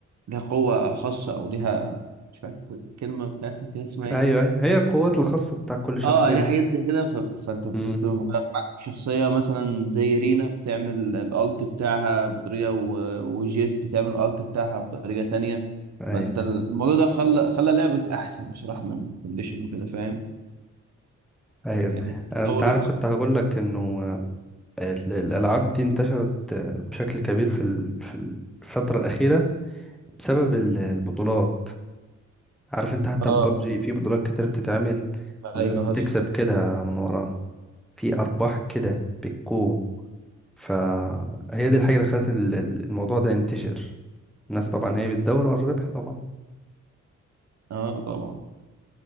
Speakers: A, on the right; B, in the centre.
A: لها قوة خاصة أو ليها مش فاكر الكلمة بتاعتها كده اسمها إيه؟
B: ايوه ايوه هي القوات الخاصه بتاع كل شخصيه
A: آه ليها حاجات زي كده ف... فأنت بتبقى
B: امم
A: معاك شخصية مثلا زي رينا بتعمل الألت بتاعها بطريقة و... وجيت بتعمل الألت بتاعها بطريقة تانية
B: ايوه
A: فأنت الموضوع ده خلى خلى لعبة أحسن بصراحة من كونديشن وكده فاهم؟
B: ايوه
A: يعني التطور
B: انت عارف
A: اللي حصل
B: كنت هقول لك انه ال- الألعاب دي انتشرت آه، بشكل كبير في ال- في الفترة الأخيرة بسبب ال- البطولات عارف انت حتى
A: آه
B: في ببجي في بطولات كتير بتتعمل والناس
A: أيوه
B: بتكسب
A: حصل
B: كده من وراها في أرباح كده بتكون فهي دي الحاجة اللي خلت ال- ال- الموضوع ده ينتشر الناس طبعا هي بتدور ورا الربح طبعا
A: آه طبعا